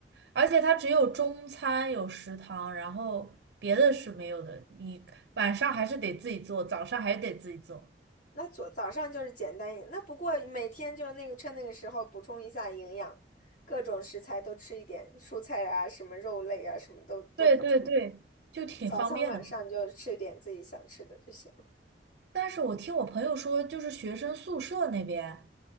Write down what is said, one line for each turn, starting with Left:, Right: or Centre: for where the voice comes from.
Right: 而且它只有中餐有食堂，然后别的是没有的。你晚上还是得自己做，早上还得自己做。
Left: 那早早上就是简单一点，那不过每天就是那个趁那个时候补充一下营养，各种食材都吃一点，蔬菜啊，什么肉类啊，什么都都补充。
Right: 对对对，就挺方便的。
Left: 早餐晚上就吃点自己想吃的就行。
Right: 但是我听我朋友说，就是学生宿舍那边